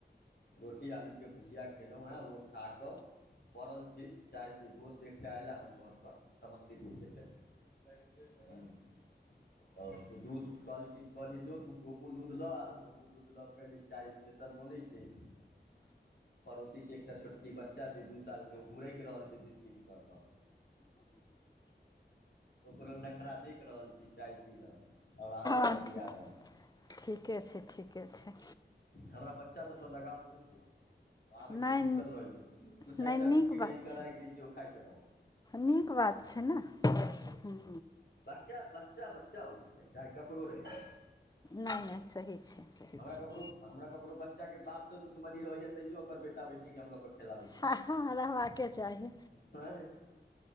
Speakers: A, on the left (about 60°); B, on the left (about 20°).
A: रोटी आलूके भुजिया खेलौं हेँ ओ खा कऽ पड़ल छी चाय के दोस्त एकटा एयला हमर घर पर समस्तीपुर के छै कहय छै चलै हुं आओर दूध कल कली जो गोकुल दूध लऽ आ गोकुल दूध लऽ कऽ एलै चाय स्पेशल बनै छै पड़ोसी के एकटा छोटकी बच्चा छै दू साल के ओ गुरकि रहल छै बिस्किट लऽ कऽ ओकरो नखरा देख रहल छी चाय पी रहल छी आओर सब
B: ह
A: बतिया
B: ठीक
A: रहल छी
B: ठीके छै ठीके छै
A: हमरा बच्चा सब तो लगाव बहुत अछि ने ओ आबै
B: नहि
A: छै घुुरकल रहै छै दू
B: नहि
A: चारि
B: नीक
A: टा बिस्किट
B: बात
A: आनि के राखि दय छै ओ खाइत रहौ
B: नीक बात छै न हूं
A: बच्चा बच्चा बच्चा होइ छै ने चाहे ककरो रहै
B: नय नय सही छै सही
A: हमरा
B: छै
A: ककरो हमरा ककरो बच्चाके बापसँ दुश्मनी रहैया तैयो ओकर बेटा बेटी के हम लऽ कऽ खेलाबैत रहै
B: हँ हँ रहबाके
A: छै
B: चाही
A: नय